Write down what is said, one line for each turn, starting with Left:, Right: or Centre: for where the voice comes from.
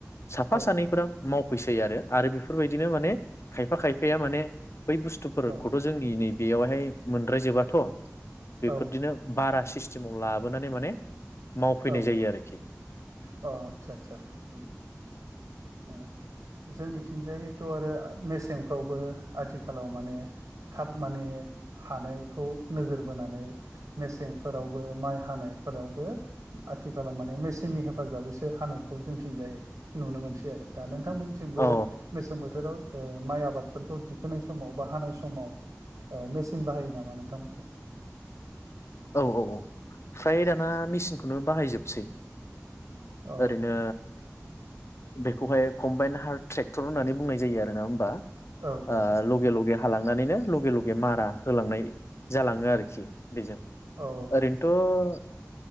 Left: साफा
Right: औ
Left: सानैफोरा मावब फैसै आरो बिफोरबायदिनो माने खायफा-खायफाया माने। बै बुस्थुफोरखौथ'
Right: औ
Left: जोंनि नैब बेयावहाय मोनद्रायजोबाथ'। बेफोरदिनो
Right: औ
Left: बारा सिसथ सिमाव लाबोनानै माने। मावफैनाय
Right: औ औ
Left: जायो आरोखि
Right: आतसा आतसा जोंनिथिंजायथ आरो मेसेंफ्रावबो आथिखालाव माने थाब माने हानायखौ नोजोर बोनानै मेसें फोरावबो माइ हानाय फोरावबो आथिखालाव माने मेचननि हेफाजाबैसो हानायखौ जोंथिंजाय नुनो मोनसै आरो बिथांमोननिथिंबो
Left: औ
Right: मेसें बोथोराव ओ माइ आबादफोरखौ दिखोनाय समाव बा हानाय समाव मेसिन बाहायो नामा नोंथांमोनथिं
Left: औ औ औ फ्राय दाना मेचनखौ खौनो बाहायजोबसै
Right: अ
Left: ओरैनो बेखौहाय कम्बाइन हार्ड ट्रेक्टर होननानै बुंनाय जायो आरो ना होमबा
Right: औ
Left: आ
Right: औ
Left: लगे लगे हालांनानैनो लगे लगे मारा होलांनाय जालाङो आरोखि बेजों ओरैनोथ‌‌
Right: औ